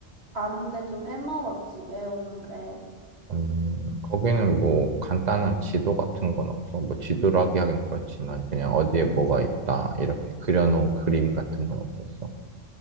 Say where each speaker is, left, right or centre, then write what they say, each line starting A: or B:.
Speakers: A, on the right; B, on the right.
A: 아는데 좀 애먹었지 외우는데
B: 음, 거기는 뭐 간단한 지도 같은 건 없어. 뭐 지도라기 하긴 그렇지만 그냥 어디에 뭐가 있다 이렇게 그려놓은 그림 같은 건 없었어.